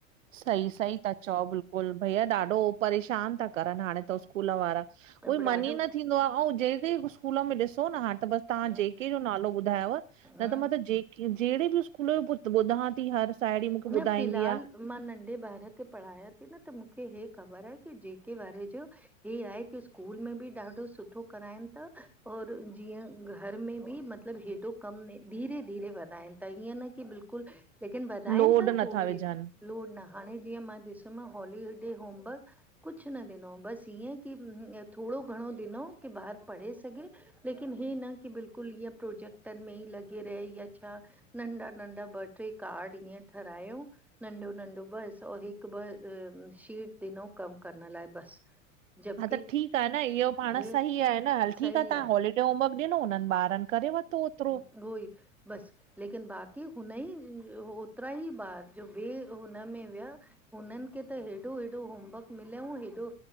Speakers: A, on the right; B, in the centre.
A: सही सही ता चओ बिल्क कुल भैया ॾाढो परेशान ता करनि हाणें त स्कूल वारा,
B: करे
A: उहोई मन
B: ॾाढो
A: ही न थी दो आ, अंउं जेके स्कूल में ॾिसो न हाण त बस
B: हम्म
A: तहां जेके जो नालो ॿुधायुव
B: हम्म
A: न त मां त जेक जहिड़े बि सकूल यो बुधा ती हर साहेड़ी मूंखे
B: न
A: ॿुधाईंदी
B: फ़िलहाल
A: आ
B: मां नंढे ॿार खे पढ़ायां ती न त मुखे हे ख़बर आहे की जेके वारे जो हे आहे की स्कूल में बि ॾाढो सुठो कराइनि ता और जीअं घर में बि मत मतिलब हेॾो कमु धीरे- धीरे वधाइनि ता हीयं न की बिल्कुलु लेकिन वधाइनि
A: लोड
B: ता
A: नथा
B: हो बि
A: विझनि
B: लोड न हाणें जीअं मां ॾिसु न हॉली डे होमवर्क कुझुऊ न ॾिनंउं बसि हींयं की थोड़ो घणों ॾिनंउं की ॿारु पढ़े सघे लेकिन ही न की बिल्कुलु ईअं प्रोजेक्टनि में ई लॻे रहे या छा नंढा -नंढा ॿ ट्रे कार्ड ईंयं ठारायंउं नंढो- नंढो बस और हिकु ॿ शीट ॾिनंउ कम करण लाए बसि जबकि
A: हा त ठीक आ न इह्यो पांण
B: हे
A: सही आहे न हल
B: सही
A: ठीक आ तहां
B: आहे
A: हॉलीड डे होमवर्क ॾिनो हुननि ॿारनि करे वतो ओतिरो।
B: उहोई बसि। लेकिन बाक़ी हुन ई होतिरा ही ॿार जो ॿिए हुनमें हुया हुननि खे त हेॾो- हेॾो होमवर्क मिलियंऊ हेॾो